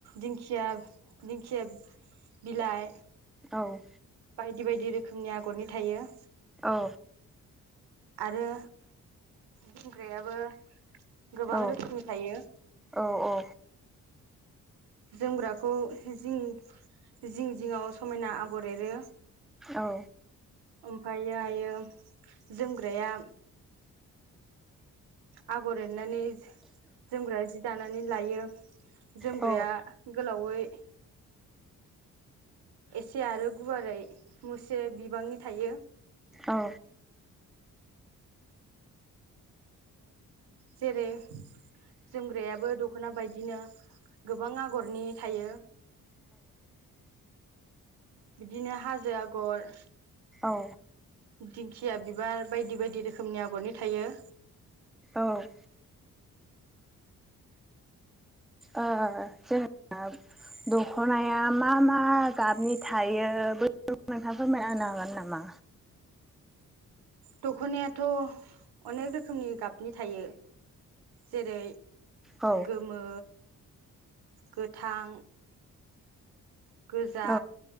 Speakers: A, on the right; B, in the centre.
A: दिंखिया दिंखिया बिलाइ
B: औ।
A: बायदि बायदि रोखोमनि आगरनि थायो।
B: औ।
A: आरो बुंग्रायाबो। गोबां
B: औ
A: रोखोमनि थायो।
B: औ औ।
A: जोमग्राखौ जिं जिं जिङाव समायना आगर एरो।
B: औ।
A: ओमफायो आयो जोमग्राया। आगर एरनानै जोमग्रा जि दानानै लायो। जोमग्राया
B: औ
A: गोलावै। एसे आरो गुवारै मुसे बिबांनि थायो।
B: औ।
A: जेरै जोमग्रायाबो दख'ना बायदिनो गोबां आगरनि थायो। बिदिनो हाजो आगर।
B: औ
A: दिंखिया बिबार बायदि बायदि रोखोमनि आगरनि थायो।
B: औ। ओ जेनेबा दखनाया मा मा गाबनि थायो। नोंथाङा फोरमायनानो हागोन नामा।
A: दखनायाथ' अनेक रोखोमनि गाबनि थायो जेरै
B: औ
A: गोमो गोथां। गोजा
B: औ